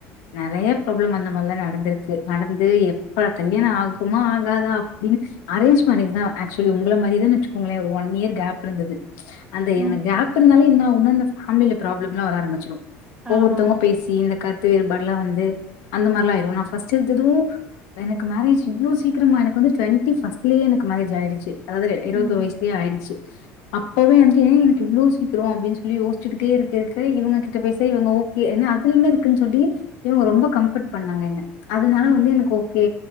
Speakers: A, on the left; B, on the right.
A: நெறைய ப்ராப்ளம் அந்த மாரில்லா நடந்திருக்கு நடந்து எப்ப கல்யாணோ ஆகுமா ஆகாதா அப்டின்னு அரேஞ்ச் மேரேஜ்தா ஆக்சுவலி உங்கள மாரிதான்னு வச்சுக்கோங்களே ஒரு ஒன் இயர் கேப் இருந்தது அந்த
B: ம்.
A: இந்த கேப் இருந்தாலு என்ன உன்னா அந்த ஹண்ணுல பராப்ளம் எல்லா வர ஆரம்பிச்சிடு ஒவ்வொருத்தவங்க
B: ஆமா.
A: பேசி இந்த க து இது மாரில்லா வந்து அந்த மாரில்லா ஆயிரு நா ஃபர்ஸ்ட் எடுத்ததும் எனக்கு மேரேஜ் இவ்ளோ சீக்கிரமா எனக்கு வந்து டுவெண்டி ஃபர்ஸ்ட்லயே எனக்கு மேரேஜ் ஆயிடுச்சு அதாவது இருபத்தோரு
B: ம்.
A: வயசுலயே ஆயிடுச்சு அப்பவே வந்து ஏன் எனக்கு இவ்ளோ சீக்கிரோ அப்டின்னு சொல்லி யோசிச்சுக்கிட்டே இருக்க இருக்க இவங்ககிட்ட பேசா இவங்க ஓகே என்ன அதுல என்ன இருக்- க்குன்னு சொல்லி இவங்க ரொம்ப கம்ஃபர்ட் பண்ணாங்க என்ன அதனால
B: ம்.
A: வந்து எனக்கு ஓகே